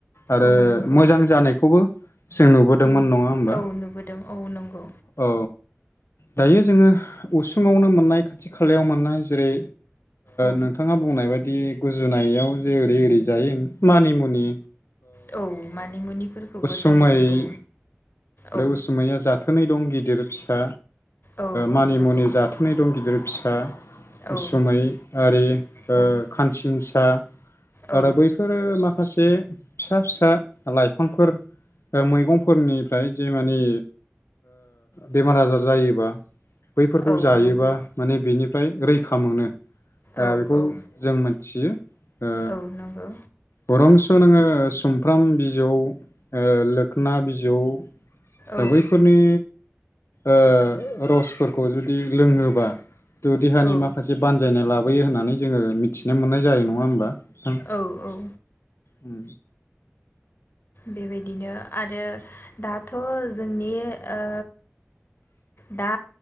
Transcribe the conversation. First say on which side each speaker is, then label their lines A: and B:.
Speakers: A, on the left (about 70°); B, on the left (about 50°).
A: आरो
B: औ नंगौ
A: मोजां जानायखौबो जों नुबोदोंमोन
B: बे
A: नङा होमबा?
B: औ नुबोदों औ नंगौ
A: औ दायो जोङो उसुङावनो मोननाय खाथि खालायाव मोननाय जेरै
B: औ
A: नोंथाङा बुंनाय बायदि गुजुनायाव जे ओरै ओरै जायो मानि मुनि
B: औ मानि मुनिफोरखौबो जायो
A: उसुमै
B: औ औ
A: उसुमैया जाथोनै दं गिदिर गिदिर फिसा
B: औ
A: मानि
B: औ नंगौ
A: मुनि जाथोनै दं गिदिर फिसा
B: औ
A: उसुमै आरि
B: औ
A: ओ खानसिनसा
B: औ
A: आरो बैफोरो माखासे माखासे फिसा फिसा लाइफांफोर मैगंफोरनिफ्राय जे मानिे बेमार आजार जायोबा बैफोरखौ
B: औ
A: जायोबा
B: नंगौ
A: माने बेनि ओमफ्राय रैखा मोनो दा
B: औ
A: बेखौ
B: औ
A: जों मिथियो ओ
B: औ नंगौ
A: बरं नोङो सुमफ्राम बिजौ लोखोना बिजौ दा
B: औ
A: बैफोरनि ओ रसफोरखौ जुदि लोङोबा थ देहानि
B: औ
A: माखासे बानजायनाय लाबो लाबैयो होननानै जोङो मिथिनो मोननाय जायो नङा होमबा दां
B: औ औ
A: उम
B: बेबायदिनो आरो दाथ' जोंनि ओ दा